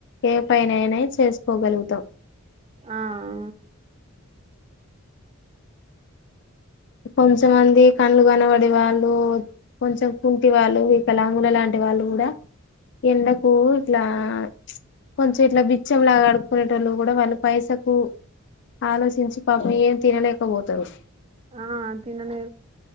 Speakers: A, on the left; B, on the right.
A: ఏ పైనైనా చేస్కోగలుగుతాం.
B: ఆఆ.
A: కొంచమంది కండ్లు గనబడి వాళ్ళు. కొంచం కుంటి వాళ్ళు, వికలాంగుల లాంటి వాళ్ళు గూడా. ఎండకు ఇట్లా ప్చ్. కొంచెం ఇట్లా బిచ్చం లాగా ఆడుకునేటోళ్ళు కూడా వాళ్ళు పైసకు ఆలోచించి పాప్ ఏం తినలేకపోతారు
B: ఆ తిననే